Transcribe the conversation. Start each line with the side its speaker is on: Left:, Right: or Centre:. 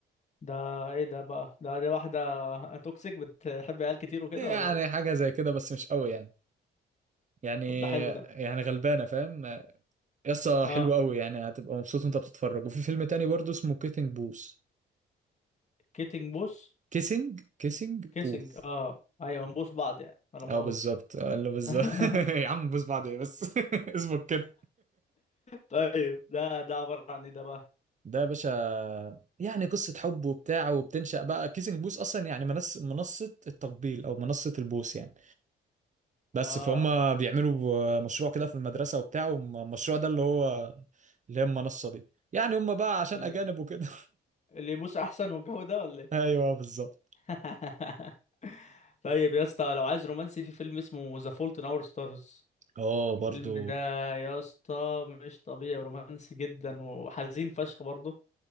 Left: ده ايه ده بقى ده دي واحدة <laughs> توكسيك بتحب عيال كتير وكده
Right: يعني
Left: ولا ايه
Right: حاجه زي كده بس مش قوي يعني يعني
Left: طب ده حلو ده
Right: يعني غلبانه فاهم يسطا
Left: اه
Right: حلو قوي يعني هتبقى مبسوط وانت بتتفرج وفي فيلم تاني برضه اسمه كيسنج بوث
Left: كيتنج بوس
Right: كيسنج كيسنج
Left: كيسنج
Right: بوث
Left: اه ايوه نبوس بعض يعني ولا مؤاخذة
Right: اه بالظبط آه، اللي بالظبط
Left: <laughs>
Right: <laughs> يا عم بوس بعد ايه بس <laughs> اظبط كده
Left: طيب ده ده عبارة عن ايه ده بقى
Right: ده يا باشا يعني قصة حب وبتاع وبتنشأ بقى كيسنج بوث أصلا يعني منص منصة التقبيل أو منصة البوث يعني بس
Left: اه
Right: فهم بيعملوا مشروع كده في المدرسة وبتاع والمشروع ده اللي هو اللي هي المنصة دي يعني هم بقى عشان
Left: اللي
Right: أجانب وكده
Left: اللي يبوس احسن والجو ده ولا ايه
Right: <laughs> أيوه بالظبط
Left: <laughs> طيب يا اسطى لو عايز رومانسي في فيلم اسمه ذا فولت ان اور ستارز
Right: اه
Left: الفيلم
Right: برضو
Left: ده يا اسطى مش طبيعي رومانسي جدا وحزين فشخ برضه